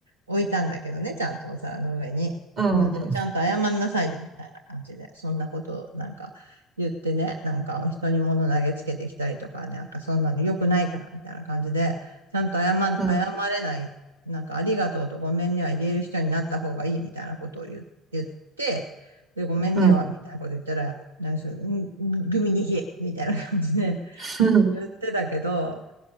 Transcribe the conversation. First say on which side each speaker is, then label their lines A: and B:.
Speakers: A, on the right; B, on the right.
A: 置いたんだけどね、ちゃんとお皿の上に。
B: うん、
A: まあでもちゃんと謝んなさいよみたいな感じで、そんなことなんか言ってね、なんか人に物投げつけてきたりとかね、なんかそんなの良くないからみたいな感じで、ちゃんと謝ん、
B: うん、
A: 謝れない、なんかありがとうとごめんねは言える人になった方がいいみたいなことを言、言って、で、ごめんねはみたいなこと言ったら、
B: うん。
A: なんかそのんんグミに冷えみたいな感じで、
B: <laughs>
A: 言ってたけど、